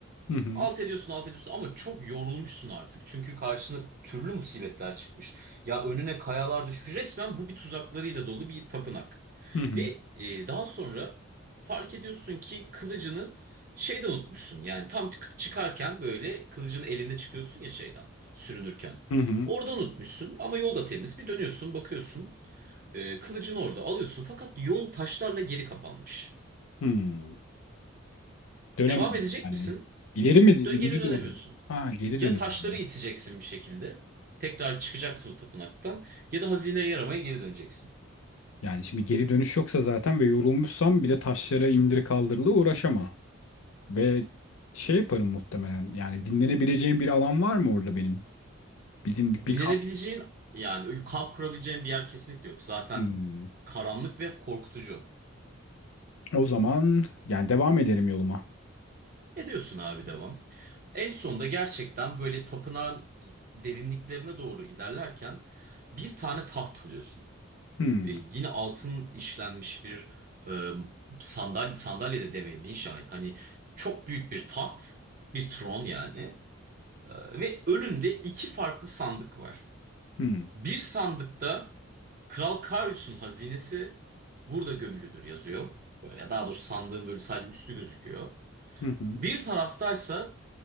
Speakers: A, on the left; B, on the right.
A: Hı hı.
B: Alt ediyorsun, alt ediyorsun ama çok yorulmuşsun artık. Çünkü karşına türlü musibetler çıkmış. Ya önüne kayalar düşmüş. Resmen bu bir tuzaklarıyla dolu bir tapınak.
A: Hı hı.
B: Ve e, daha sonra fark ediyorsun ki kılıcını şeyde unutmuşsun. Yani tam çık- çıkarken böyle kılıcını elinde çıkıyorsun ya şeyden sürünürken.
A: Hı hı.
B: Orada unutmuşsun ama yol da temiz. Bir dönüyorsun, bakıyorsun. E, kılıcını orada alıyorsun fakat yol taşlarla geri kapanmış.
A: Hmm. Dönemiyorum.
B: Devam edecek
A: Yani
B: misin?
A: ileri mi? ileri
B: Dö geri dönemiyorsun.
A: doğru. mu? Ha geri
B: Ya
A: dönemiyorum.
B: taşları iteceksin bir şekilde. Tekrar çıkacaksın o tapınaktan. Ya da hazineye yaramaya geri döneceksin.
A: Yani şimdi geri dönüş yoksa zaten ve yorulmuşsam bir de taşlara indir kaldırılı uğraşamam. Ve şey yaparım muhtemelen. Yani dinlenebileceğim bir alan var mı orada benim? Bir dindik
B: Dinlenebileceğin
A: bir kamp.
B: yani kamp kurabileceğin bir yer kesinlikle yok. Zaten
A: Hmm.
B: karanlık ve korkutucu.
A: O zaman yani devam ederim yoluma.
B: Ne diyorsun abi devam. En sonunda gerçekten böyle tapınağın derinliklerine doğru ilerlerken bir tane taht buluyorsun.
A: Hmm.
B: Ve yine altın işlenmiş bir e, sandalye, sandalye de demeye bin şahit. Hani çok büyük bir taht, bir tron yani. Ee, Ve önünde iki farklı sandık var.
A: Hmm.
B: Bir sandıkta Kral Karius'un hazinesi burada gömülüdür yazıyor. Böyle daha doğrusu sandığın böyle sadece üstü gözüküyor.
A: Hı hı.
B: Bir taraftaysa